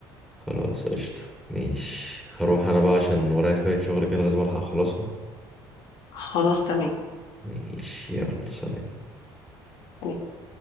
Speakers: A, in the centre; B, on the left (about 70°).
A: خلاص قشطة ماشي هروح انا بقى عشان ورايا شوية شغل كده لازم الحق اخلصهم
B: خلاص تمام
A: ماشي يلا سلام
B: تمام